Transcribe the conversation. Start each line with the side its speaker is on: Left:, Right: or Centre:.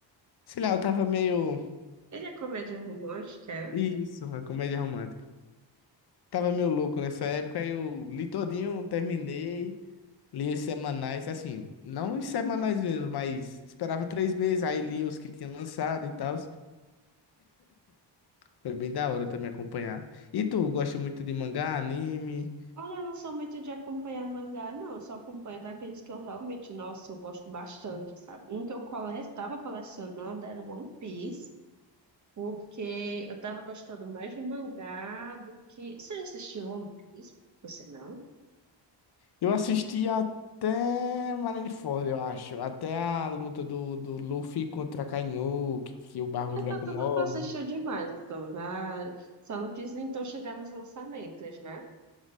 Left: sei lá, eu tava meio.
Right: Ele é comédia romântica?
Left: Isso, é comédia romântica. Tava meio louco nessa época, aí eu li todinho, terminei. Lia os semanais, assim, não os semanais mesmo, mas esperava três meses, aí lia os que tinha lançado e tal. Foi bem da hora também acompanhar. E tu, gosta muito de mangá, anime?
Right: Olha, eu não sou muito de acompanhar mangá, não. Eu só acompanho daqueles que eu realmente, nossa, eu gosto bastante, sabe? Um que eu estava colecionando era One Piece, porque eu tava gostando mais de mangá do que... Você já assistiu One Piece? Você não?
Left: Eu assisti até Marineford, eu acho. Até a luta do, do Luffy contra Kaino, que, que o Barba
Right: Eu
Left: Branca
Right: tô,
Left: morre.
Right: tô, tô assistindo demais, então. Já... Só não quis, então, chegar nos lançamentos, né?